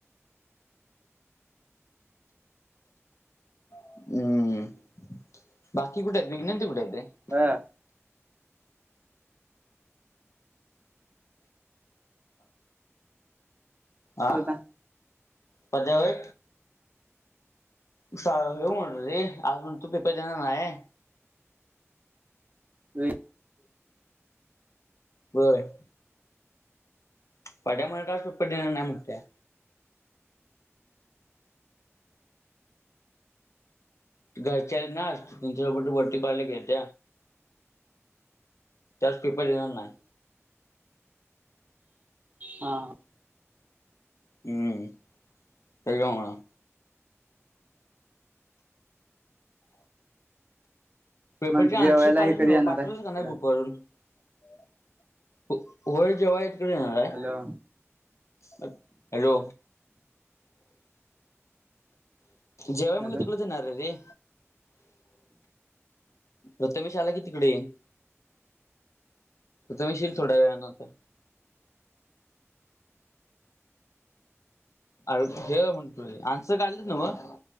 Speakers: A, on the left; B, on the right.
A: हम्म बाकी कुठे आहेत विज्ञन ते कुठे आहेतेत ते.
B: हा.
A: आ
B: होता
A: पद्या वय येऊ म्हण र रे आज मण तू पेपे जाणार ना आहे.
B: ते
A: बर. पड्यामुळे राासपट देणार नाही म्हण त्या घरच्या नाते तच्यापट वरटी कयला घेेत. त्याच पेपर देणार नाही.
B: हा.
A: हम्म. तेळगवंगणाळा <unintelligible> पेपरचे
B: मग जेवायला
A: आनशर काढले
B: हे कधी
A: न
B: येणार
A: पाठवलंच
B: आहे
A: का नाही घुपर <unintelligible> होय जेव्हा इतकडे येणार आहेय.
B: हॅलो
A: हॅलो, जेवय
B: हॅलो
A: म्हटले तिकडे च येणार रे. प्रथमेश आला की तिकडे येईल. तु येशील थोड्या वेळान तर अर हे म्हणतुे आन्सर काढलेत ना मग.